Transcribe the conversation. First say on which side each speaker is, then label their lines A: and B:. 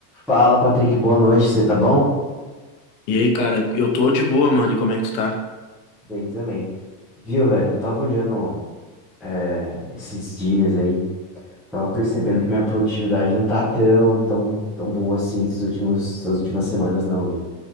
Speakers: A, in the centre; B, on the left.
A: Fala, Patrick, boa noite, você tá bom?
B: E aí, cara, eu tô de boa, mano. E como é que tu tá?
A: Bem também. Viu, velho, eu tava olhando é, esses dias aí, tava percebendo que minha produtividade não tá tão, tão, tão boa assim esses últimos, essas últimas semanas não, viu?